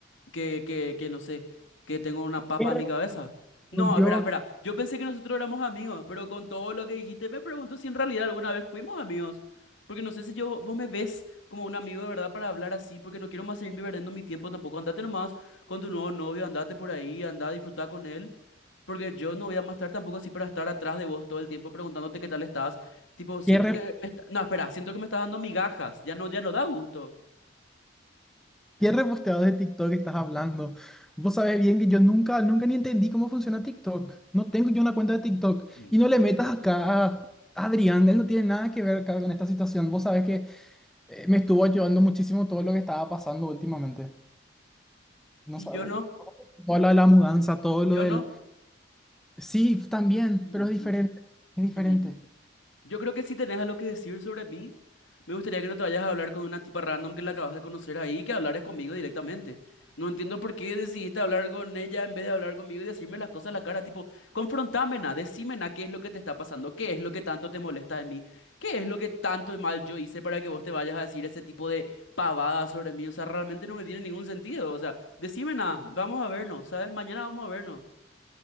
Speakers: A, on the left (about 70°); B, in the centre.
A: que, que, que no sé, que tengo una papa
B: ¿Qué re-
A: en mi cabeza? No,
B: Yo,
A: espera, espera. Yo pensé que nosotros éramos amigos, pero con todo lo que dijiste me pregunto si en realidad alguna vez fuimos amigos. Porque no sé si yo, vos me ves como un amigo de verdad para hablar así, porque no quiero más seguir perdiendo mi tiempo tampoco. Andate nomás con tu nuevo novio, andate por ahí, andá a disfrutar con él. Porque yo no voy a más estar tampoco así para estar atrás de vos todo el tiempo preguntándote qué tal estás. Tipo, siento
B: qué
A: que me está- No, espera, siento que me estás dando migajas. Ya no, ya no da gusto.
B: ¿Qué reposteado de TikTok estás hablando? Vos sabés bien que yo nunca, nunca ni entendí cómo funciona TikTok. No tengo yo una cuenta de TikTok.
A: Mm,
B: Y no le metas acá a Adrián, él no tiene nada que ver acá con esta situación. Vos sabés que eh, me estuvo ayudando muchísimo todo lo que estaba pasando últimamente. No
A: Y
B: sabes,
A: yo no,
B: todo lo de la mudanza, todo
A: y
B: lo
A: yo
B: del...
A: no.
B: Sí, también,
A: mm,
B: pero es diferente,
A: mm,
B: es diferente.
A: mm, mm. Yo creo que si tenés algo que decir sobre mí, me gustaría que no te vayas a hablar con una tipa random que la acabas de conocer ahí, que hablaras conmigo directamente. No entiendo por qué decidiste hablar con ella en vez de hablar conmigo y decirme las cosas a la cara, tipo, confrontámena, decímena qué es lo que te está pasando, qué es lo que tanto te molesta de mí, qué es lo que tanto mal yo hice para que vos te vayas a decir ese tipo de pavadas sobre mí. O sea, realmente no me tiene ningún sentido. O sea, decímena, vamos a vernos, ¿sabes? Mañana vamos a vernos.